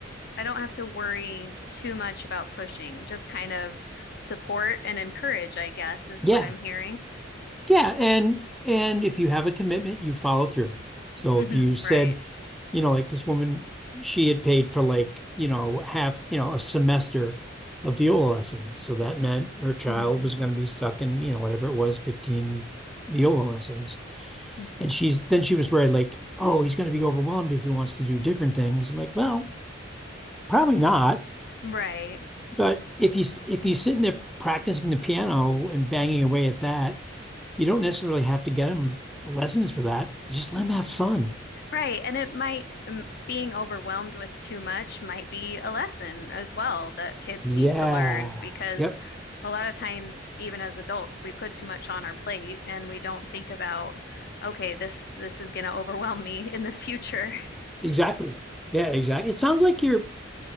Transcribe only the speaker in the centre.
Yeah,
yeah, and and if you have a commitment, you follow through. So
if you said
you know, like this woman, she had paid for like, you know, half, you know, a semester of viola lessons. So that meant her child
was going to be stuck in, you know, whatever it was, 15 viola lessons.
And she's, then she was worried, like, oh, he's going to be overwhelmed if he wants to do different things. I'm like, well, probably not.
But if he's, if he's sitting there practicing the piano and banging away at that, you don't necessarily have to get him lessons for that. Just let him have fun.
Yeah.
Yep.
Exactly. Yeah, exactly. It sounds like you're